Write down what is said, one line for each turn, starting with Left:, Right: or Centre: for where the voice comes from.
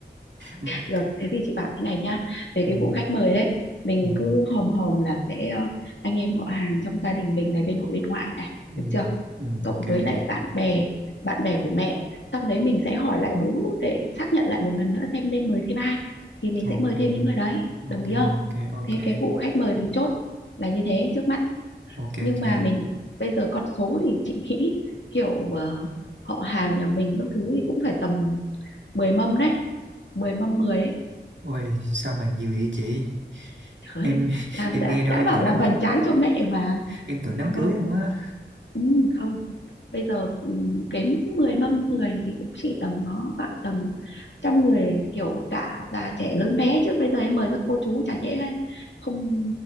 Right: <laughs>
Left: Được, thế thì chị bảo thế này nhá. Về
Right: ừ,
Left: cái vụ khách mời ấy, mình
Right: ừ,
Left: cứ hòm hòm là sẽ ờ, anh em họ hàng trong gia đình mình này bên nội bên ngoại này,
Right: ừ,
Left: được chưa?
Right: ừ,
Left: Cộng
Right: ok
Left: với lại
Right: chị
Left: bạn bè, bạn bè của mẹ. Xong đấy mình sẽ hỏi lại bố để xác nhận lại một lần nữa xem nên mời thêm ai. Thì mình sẽ
Right: ok
Left: mời thêm những người đấy, đồng
Right: ok
Left: ý không?
Right: ok ok
Left: Thế cái vụ khách mời mình chốt là như thế trước mắt.
Right: ok
Left: Nhưng
Right: chị
Left: mà mình bây giờ con số thì chị nghĩ kiểu ờ, họ hàng nhà mình các thứ thì cũng phải tầm 10 mâm đấy. mười mâm mười ấy
Right: ôi sao mà nhiều vậy chị
Left: Thôi,
Right: em <laughs>
Left: làm
Right: em
Left: đã
Right: nghe đâu
Left: đã
Right: em
Left: bảo
Right: tưởng
Left: làm
Right: đám
Left: hoành tráng cho mẹ mà.
Right: em tưởng
Left: Không
Right: đám
Left: sao đâu.
Right: cưới không á
Left: Ừ, không. Bây giờ ừ, kém 10 mâm 10 thì cũng chỉ tầm nó khoảng tầm trăm người kiểu cả già trẻ lớn bé chứ bây giờ em mời các cô chú chả dễ hay không